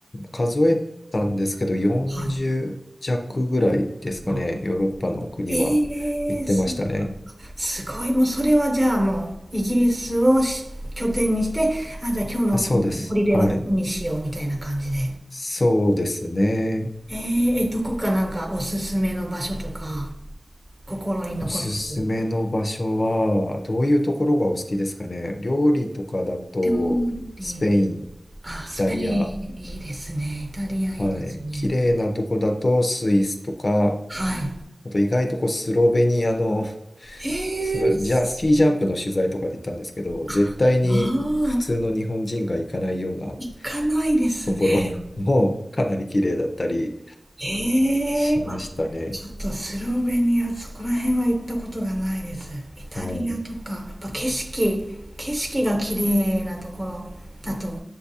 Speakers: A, on the left; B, on the right.
A: 数えたんですけど、40弱ぐらいですかね。
B: はい。あ
A: ヨーロッパの国は行ってましたね。
B: ええ、すすごいもうそれはじゃあもうイギリスをし拠点にしてあじゃあ今日のこのホリデーはどこにしようみたいな感じで
A: あ、そうです。はい。そうですね。
B: えー、えどこかなんかおすすめの場所とか心に残ってる
A: おすすめの場所は、どういうところがお好きですかね。料理とかだと、
B: 料理
A: スペイン、イ
B: あスペイン
A: タリア、
B: いいですねイタリアいいですね
A: はい。綺麗なとこだと、スイスとか、
B: はい
A: あと意外とこうスロベニアの
B: えー、
A: それ、
B: す
A: じゃあ、スキージャンプの取材とかで行ったんですけど、
B: ああー
A: 絶対に普通の日本人が行かないような
B: 行かないですね
A: ところ <laughs> もかなり綺麗だったり
B: ええーあ、
A: しましたね。
B: ちょっとスロベニア、そこら辺は行ったことがないです。イタリアとか、
A: はい。
B: やっぱ景色、景色が綺麗なところだと、